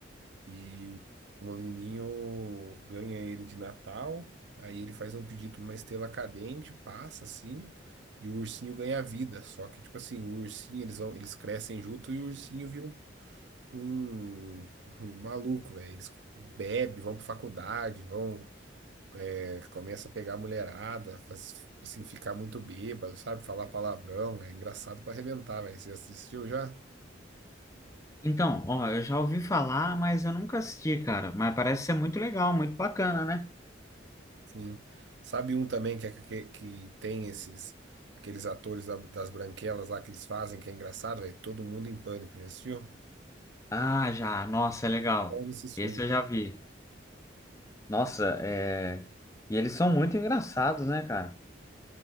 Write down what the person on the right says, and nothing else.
E o menininho ganha ele de Natal. Aí ele faz um pedido pra uma estrela cadente, passa assim, e o ursinho ganha vida. Só que, tipo assim, o ursinho, eles vão, eles crescem junto e o ursinho vira um um, <laughs> um maluco, velho. Eles bebem, vão pra faculdade, vão, é, começa a pegar a mulherada, faz- assim, ficar muito bêbado, sabe? Falar palavrão, é engraçado pra arrebentar, velho. Você assistiu já?
Sim. Sabe um também que, é- que, que tem esses, aqueles atores da- das branquelas lá que eles fazem, que é engraçado, velho? Todo mundo em pânico, já assistiu?
Qual desses
filmes,
cara?